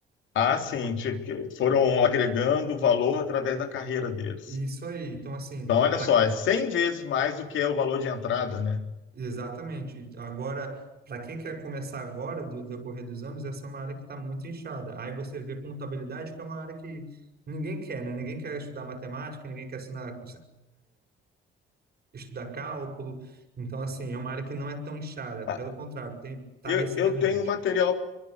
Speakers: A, on the left; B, on the right.
A: há sim, t- que foram agregando valor através da carreira deles.
B: Isso aí. Então, assim,
A: Então, olha
B: para...
A: só, é 100 vezes mais do que é o valor de entrada, né?
B: Exatamente. Agora, para quem quer começar agora, do, do decorrer dos anos, essa é uma área que está muito inchada. Aí você vê contabilidade, que é uma área que ninguém quer, né? Ninguém quer estudar matemática, ninguém quer assinar estudar cálculo. Então, assim, é uma área que não é tão inchada.
A: É.
B: Pelo contrário, tem, tá
A: Eu,
B: recebendo
A: eu tenho
B: gente.
A: um material,